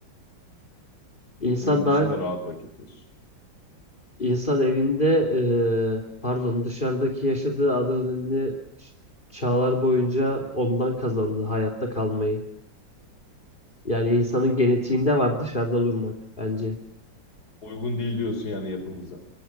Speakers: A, on the left (about 25°); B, on the left (about 55°).
A: İnsan
B: Evin
A: daha
B: dışında rahat vakittir.
A: insan evinde e, pardon dışarıdaki yaşadığı adrenalini ş- çağlar boyunca ondan kazandı hayatta kalmayı. Yani insanın genetiğinde var dışarıda durmak bence.
B: Uygun değil diyorsun yani yapımıza.